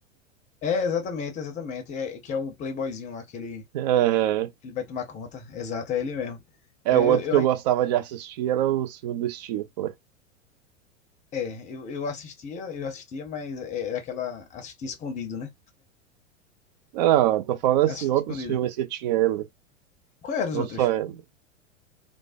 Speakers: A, on the left; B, on the right.
A: É, exatamente, exatamente. É, é que é o playboyzinho lá que ele,
B: Aham.
A: que ele vai tomar conta. Exato, é ele mesmo.
B: É
A: Eu,
B: outro
A: eu,
B: que eu
A: eu-
B: gostava de assistir, era o filme do Stifler.
A: é, eu, eu assistia, eu assistia, mas é, era aquela... Assistia escondido, né?
B: Não, não, eu tô falando assim,
A: Assistia
B: outros
A: escondido.
B: filmes que tinha ele,
A: Qual eram
B: não
A: os outros?
B: só ele.